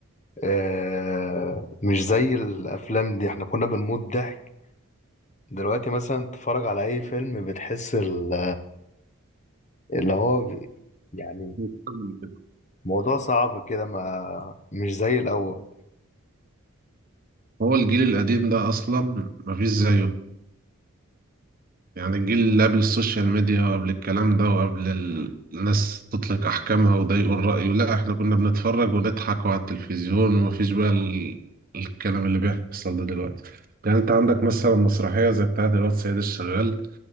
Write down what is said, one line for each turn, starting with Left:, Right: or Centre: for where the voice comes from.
Left: آه، مش زي الافلام دي احنا كنا بنموت ضحك دلوقتي مثلا تتفرج على اي فيلم بتحس ال اللي هو بي- يعني
Right: مش لازم كده
Left: موضوع صعب كده ما مش زي الأول
Right: هو الجيل القديم ده أصلا مفيش زيه يعني الجيل اللي قبل السوشيال ميديا وقبل الكلام ده وقبل ال- الناس تطلق أحكامها وده يقول رأيه لا إحنا كنا بنتفرج ونضحك على التلفزيون ومفيش بقى ال... الكلام اللي بيحصل ده دلوقتي يعني أنت عندك مثلا مسرحية زي بتاعة الواد سيد الشغال